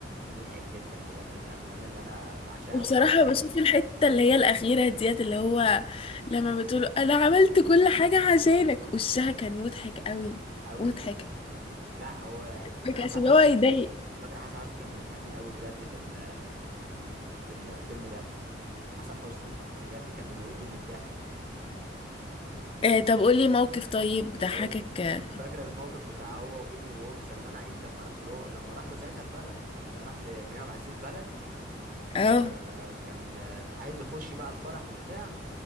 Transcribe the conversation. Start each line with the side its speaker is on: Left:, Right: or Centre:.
Right: مضحك جدا بجد من الافلام اللي انا بعشقها
Left: وبصراحة
Right: قوي لا في
Left: بشوف الحتة اللي هي الأخيرة ديت اللي هو لما بتقول أنا عملت كل حاجة عشانك وشها كان مضحك قوي
Right: قوي
Left: مضحك
Right: لا هو
Left: ما كانش
Right: حسن
Left: اللي
Right: حسني
Left: هو يضايق
Right: فاكر حسن حسني كان بيضحكني قوي بجد في ال في الفيلم ده حسن حسني بجد كان بيموتني من الضحك
Left: آه طب قولي موقف طيب ضحكك
Right: اقول لك
Left: اه
Right: فاكره الموقف بتاع هو وبينه وهو بسليمان عيد لما راح له لما راح له ساعتها البلد لما راح لكريم عبد العزيز البلد
Left: اه
Right: وكان عايز يخش بقى الفرح وبتاع